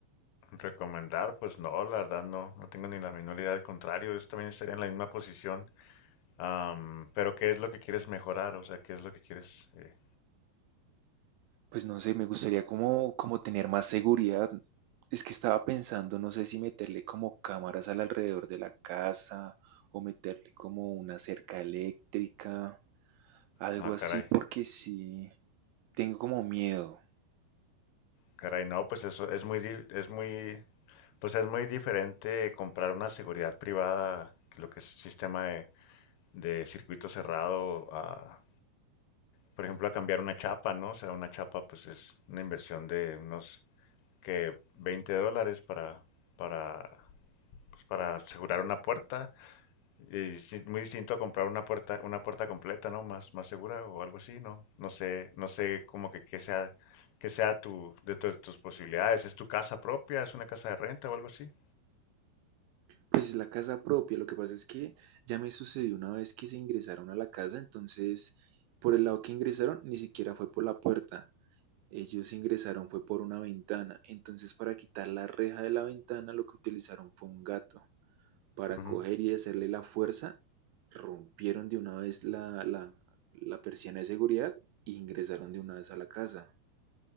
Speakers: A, on the left; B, on the right.
A: Recomendar, pues no, la verdad no, no tengo ni la menor idea, al contrario, yo también estaría en la misma posición. Am, pero ¿qué es lo que quieres mejorar? O sea, ¿qué es lo que quieres? eh?
B: Pues no sé, me gustaría como, como tener más seguridad. Es que estaba pensando, no sé si meterle como cámaras al alrededor de la casa o meterle como una cerca eléctrica, algo
A: Ah, caray,
B: así, porque sí, tengo como miedo.
A: caray, no, pues eso es muy, di- es muy, pues es muy diferente comprar una seguridad privada que lo que es sistema de, de circuito cerrado a, por ejemplo, a cambiar una chapa, ¿no? O sea, una chapa, pues es una inversión de unos que 20 dólares para para pues, para asegurar una puerta. Y sí, muy distinto a comprar una puerta, una puerta completa, ¿no? Más, más segura o algo así, ¿no? No sé, no sé como que, que sea, que sea tu, de tu- tus posibilidades. ¿Es tu casa propia? ¿Es una casa de renta o algo así?
B: Pues es la casa propia, lo que pasa es que ya me sucedió una vez que se ingresaron a la casa, entonces por el lado que ingresaron ni siquiera fue por la puerta, ellos ingresaron fue por una ventana, entonces para quitar la reja de la ventana lo que utilizaron fue un gato. para
A: Ujú.
B: coger y hacerle la fuerza, rompieron de una vez la, la, la persiana de seguridad e ingresaron de una vez a la casa.